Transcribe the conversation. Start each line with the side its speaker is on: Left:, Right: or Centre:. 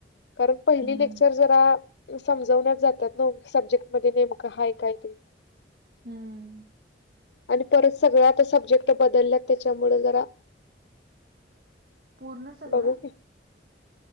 Left: कारण पहिली
Right: हम्म
Left: लेक्चर जरा समजवण्यात जातात न सब्जेक्ट मध्ये नेमकं हय काय ते
Right: हम्म
Left: आणि परत सगळं आता सब्जेक्ट बदलल्यात त्याच्यामुळे जरा
Right: पूर्ण सगळं
Left: बघू की